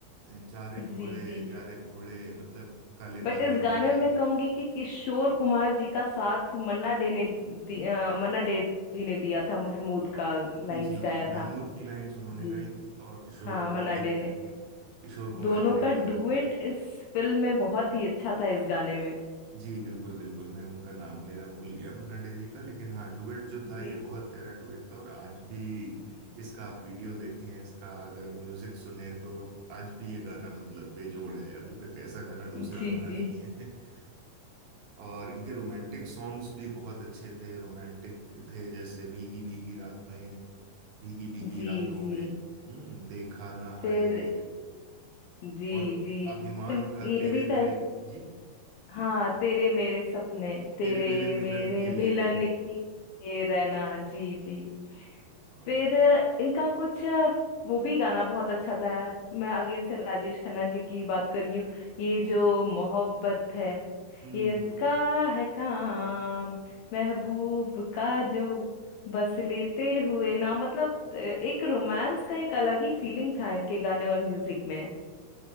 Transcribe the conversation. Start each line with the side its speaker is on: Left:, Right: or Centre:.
Right: जा रे
Left: जी
Right: घोड़े
Left: जी
Right: जा रे घोड़े मतलब काले नाले
Left: बट इस
Right: में
Left: गाने
Right: जा
Left: में मैं कहूंगी कि किशोर कुमार जी का साथ मन्ना डे ने दि- अ, मन्ना डे जी ने दिया था महमूद का
Right: जी
Left: लाइंस
Right: जी
Left: गाया
Right: जी महमूद
Left: था
Right: की लाइन्स उन्होंने
Left: जी
Right: गाई थी और किशोर
Left: हाँ
Right: कुमार
Left: मन्ना
Right: जी
Left: डे ने
Right: ने किशोर कुमार
Left: दोनों
Right: जी ने
Left: का डुएट
Right: खुद
Left: इस फिल्म में बहुत ही अच्छा था इस गाने में
Right: जी बिल्कुल बिल्कुल मैं उनका नाम लेना भूल गया मन्ना डे जी का लेकिन हाँ डुएट जो था
Left: जी
Right: ये बहुत प्यारा डुएट था और आज भी
Left: जी
Right: इसका आप वीडियो देखें इसका अगर म्यूजिक सुने तो आज भी ये गाना मतलब बेजोड़ है अभी तक ऐसा गाना दूसरा
Left: जी
Right: बना
Left: जी
Right: नहीं है <laughs> और इनके रोमांटिक सॉन्ग्स भी बहुत अच्छे थे रोमांटिक थे जैसे भीगी भीगी रात में भीगी भीगी
Left: जी
Right: रातों
Left: जी
Right: में हम्म देखा ना हाय
Left: फिर
Right: रे
Left: जी
Right: और
Left: जी
Right: अभिमान
Left: फिर
Right: का
Left: ये
Right: तेरे
Left: भी था
Right: मेरे जी
Left: हाँ तेरे मेरे सपने तेरे
Right: तेरे मेरे
Left: मेरे
Right: मिलन की
Left: मिलन
Right: ये रैन
Left: की ये रहना जी जी
Right: और
Left: फिर
Right: तो
Left: अ, इनका कुछ अ, वो भी गाना बहुत अच्छा था मैं अगेन से राजेश खन्ना जी की बात कर रही हूँ ये जो मोहब्बत है
Right: हम्म
Left: ये इसका है काम महबूब का जो बस लेते हुए ना मतलब अ, एक रोमांस का एक अलग ही फीलिंग था इनके गाने और म्यूजिक में